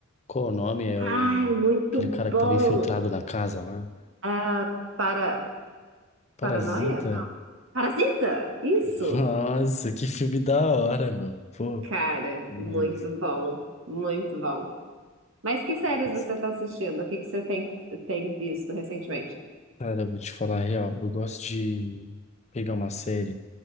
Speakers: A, on the left; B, on the right.
A: Qual o nome? É
B: Ai,
A: o...
B: muito
A: Aquele cara
B: bom!
A: que tava infiltrado na casa lá?
B: Ah, para,
A: Parasita.
B: paranoia? Não. Parasita! Isso!
A: <laughs> Nossa, que filme da hora, meu. Pô,
B: Cara,
A: meu
B: muito
A: Deus.
B: bom, muito bom. Mas que séries
A: Mas,
B: você está assistindo? O que que você tem, tem visto recentemente?
A: Cara, eu vou te falar a real. Eu gosto de pegar uma série